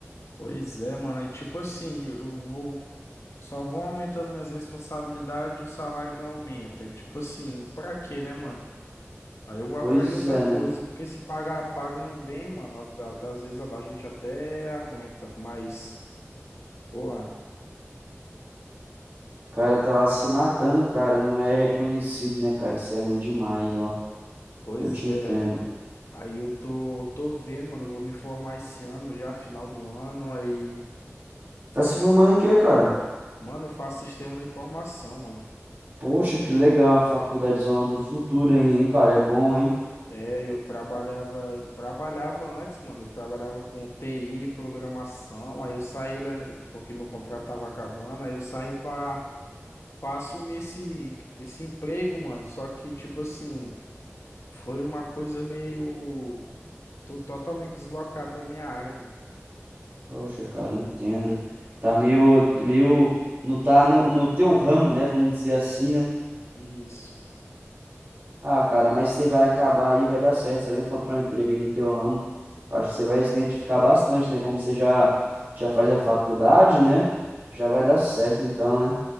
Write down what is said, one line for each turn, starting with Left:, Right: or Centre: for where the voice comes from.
Left: Pois é, mano. Aí, tipo assim, eu eu vou. Só vão aumentando minhas responsabilidades e o salário não aumenta. E, tipo assim, pra quê, né, mano? Aí eu vou
Right: Pois
Left: atrás de outra
Right: é,
Left: coisa,
Right: né?
Left: porque se pagar pagando bem, mano, at- at- às vezes a a gente até aguenta, mas, pô,
Right: O cara tá lá se matando, cara, não é reconhecido, né, cara? Isso é ruim demais, ó.
Left: pois
Right: Eu te
Left: é.
Right: entendo.
Left: Aí eu tô, tô vendo, mano, eu vou me formar esse ano já, final do ano, aí.
Right: Tá se formando em quê, cara?
Left: Mano, eu faço sistema da informação, mano.
Right: Poxa, que legal a faculdade Zona do Futuro aí, hein, cara? É bom, hein?
Left: É, eu trabalhava, eu trabalhava antes, mano. Eu trabalhava com TI, programação. Aí eu saí, né, porque meu contrato tava acabando. Aí eu saí pra, pra assumir esse, esse emprego, mano. Só que, tipo assim, foi uma coisa meio. Tô totalmente deslocado da minha área, mano.
Right: Poxa, cara, entendo. Tá meio, meio, não tá no, no teu ramo, né? Vamos dizer assim, né?
Left: Isso.
Right: Ah, cara, mas você vai acabar aí, vai dar certo. Você vai encontrar um emprego aí no teu ramo. Acho que você vai se identificar bastante, né? Como você já, já faz a faculdade, né? Já vai dar certo, então, né?